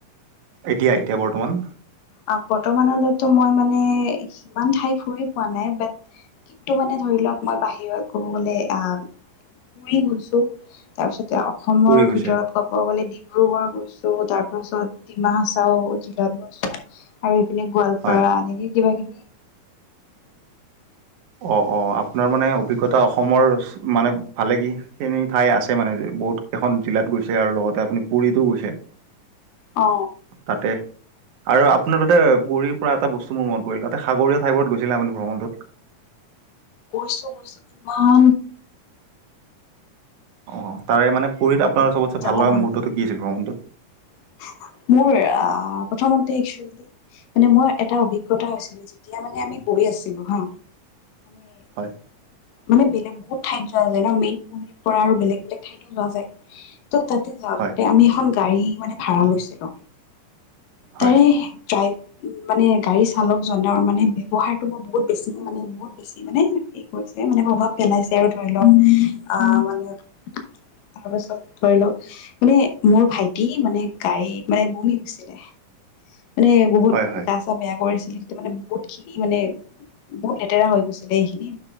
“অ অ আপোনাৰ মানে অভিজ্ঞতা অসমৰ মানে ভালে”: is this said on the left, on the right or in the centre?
Right